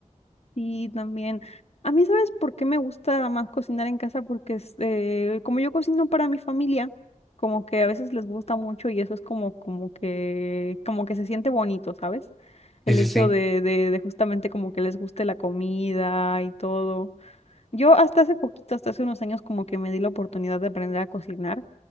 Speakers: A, on the left; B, in the centre.
A: Sí, también. A mí, ¿sabes por qué me gusta más cocinar en casa? Porque este, como yo cocino para mi familia, como que a veces les gusta mucho y eso es como, como que, como que se siente bonito, ¿sabes? El
B: Sí, sí,
A: hecho
B: sí,
A: de, de, de justamente como que les guste la comida y todo. Yo hasta hace poquito, hasta hace unos años, como que me di la oportunidad de aprender a cocinar.